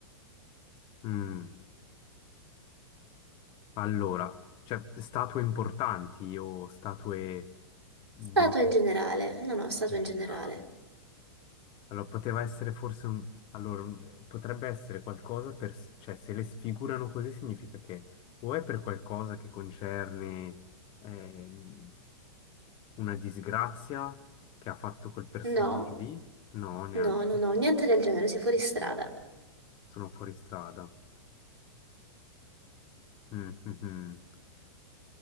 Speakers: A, on the left; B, on the right.
A: Mm, allora, cioè statue importanti o statue di
B: Statua
A: in
B: in generale, no, no, statua in
A: generale?
B: generale.
A: Allora, poteva essere forse un... Allora, mm, potrebbe essere qualcosa per... Cioè, se le sfigurano così significa che o è per qualcosa che concerne ehm, una disgrazia che ha fatto quel personaggio
B: No?
A: lì? No, neanche.
B: No, no, no, niente del genere, sei fuori strada.
A: Mm, Sono fuori strada. Mm, mm, mm.